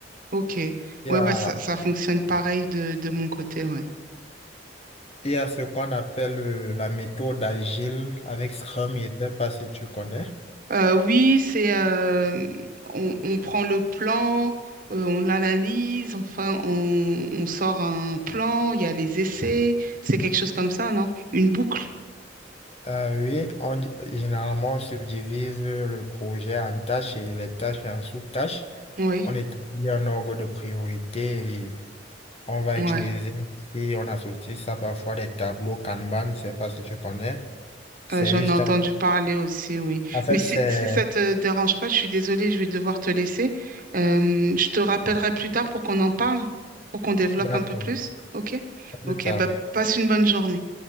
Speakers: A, on the right; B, on the left.
A: ok. Ouais,
B: Il y a,
A: bah, ça, ça fonctionne pareil de, de mon côté, ouais.
B: il y a ce qu'on appelle euh, la méthode agile avec Scrum, je ne sais pas si tu connais.
A: Euh, oui, c'est, euh, on, on prend le plan, euh, on l'analyse, enfin, on, on sort un plan, il y a les essais, c'est quelque chose comme ça, non? Une boucle,
B: Euh, oui, on, di- généralement, on subdivise le projet en tâches et les tâches en sous-tâches.
A: oui.
B: On établit un ordre de priorité et on va
A: ouais.
B: utiliser, si on associe ça parfois, des tableaux Kanban, je ne sais pas si tu connais. C'est
A: Euh, j'en
B: juste
A: ai entendu
B: un...
A: parler aussi, oui.
B: En fait,
A: Mais si,
B: c'est...
A: si ça te dérange pas, je suis désolée, je vais devoir te laisser. Euh, je te rappellerai plus tard pour qu'on en parle, pour qu'on développe
B: D'accord,
A: un peu plus. OK?
B: à plus
A: OK,
B: tard.
A: bah passe une bonne journée.